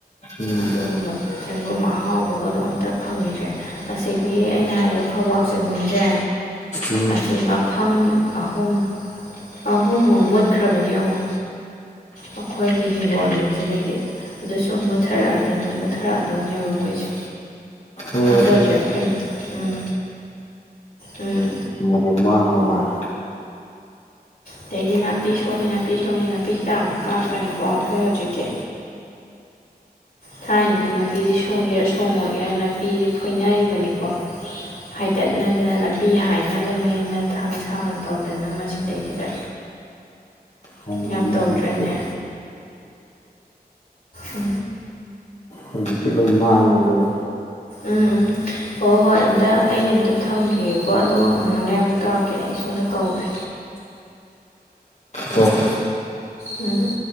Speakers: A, on the left; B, on the left.
A: ꯎꯝ
B: ꯑꯗꯨꯒꯨꯝꯕ ꯆꯦꯡꯒꯨꯝ ꯑꯍꯥꯎꯕꯒꯗꯣ ꯑꯝꯇ ꯐꯪꯈꯤꯗ꯭ꯔꯦ ꯑꯁꯤꯒꯤ ꯑꯩꯅ ꯍꯥꯏꯔꯤꯕ ꯐꯧꯕꯥꯛ ꯆꯦꯡꯒꯨꯝꯁꯦ
A: ꯎꯝ
B: ꯑꯁꯤ ꯃꯐꯝ ꯑꯍꯨꯝ ꯑꯍꯨꯝꯃꯨꯛ ꯃꯨꯠꯈ꯭ꯔꯕꯅꯤ ꯌꯦꯡꯉꯣ ꯑꯩꯈꯣꯏꯒꯤ ꯍꯤꯡꯒꯣꯜ ꯅꯨꯡꯁꯤꯗꯒꯤ ꯑꯗꯨ ꯁꯨꯝ ꯃꯨꯠꯊꯔꯛꯑ ꯃꯨꯠꯊꯔꯛꯑꯗꯧꯅꯦꯕ ꯃꯣꯏꯁꯦ
A: ꯦꯕ
B: ꯊꯥꯖꯗ꯭ꯔꯦ ꯑꯩꯈꯣꯏꯅ ꯎꯝ ꯎꯝ
A: ꯃꯖ ꯍꯥꯡꯕ ꯃꯥꯂꯦ
B: ꯑꯗꯒꯤ ꯅꯥꯄꯤ ꯁꯣꯡꯉꯦ ꯅꯥꯄꯤ ꯁꯣꯡꯉꯦ ꯅꯥꯄꯤ ꯍꯤꯗꯥꯛ ꯑꯃꯨꯛ ꯀꯥꯞꯄꯅꯤꯀꯣ ꯑꯩꯈꯣꯏ ꯍꯧꯖꯤꯛꯇꯤ ꯊꯥꯏꯅꯗꯤ ꯅꯥꯄꯤꯁꯦ ꯁꯣꯡꯒꯦꯔꯥ ꯁꯣꯡꯉꯣꯏꯒꯦꯔꯥ ꯅꯥꯄꯤꯁꯦ ꯐꯣꯏꯅꯔꯤꯕꯅꯤꯀꯣ ꯍꯥꯏꯗꯠꯅꯗꯅ ꯅꯥꯄꯤ ꯍꯥꯏꯅꯕꯅꯦꯅ ꯊꯥꯡ ꯁꯥꯡ ꯇꯧꯗꯅ ꯃꯁꯤꯗꯩꯁꯤꯗ
A: ꯍꯧꯖꯤꯛꯇꯤ
B: ꯌꯥꯝ ꯇꯧꯗ꯭ꯔꯅꯦ ꯎ
A: ꯍꯧꯖꯤꯛꯇꯤ ꯂꯣꯏ ꯃꯥꯡꯉꯨꯕꯗꯣ
B: ꯎꯝ ꯎꯝ ꯍꯣꯏ ꯍꯣꯏ ꯑꯝꯇ ꯑꯩ ꯑꯃꯝꯇ ꯊꯝꯈꯤꯦꯀꯣ ꯑꯗꯨꯒ ꯉꯥꯏꯍꯥꯛ ꯂꯩꯔꯡꯃꯨꯛ ꯇꯧꯔꯛꯀꯦ ꯑꯩ ꯁꯣꯝꯗ ꯀꯧꯔꯦ
A: ꯍꯣ ꯍꯣꯏ
B: ꯎꯝ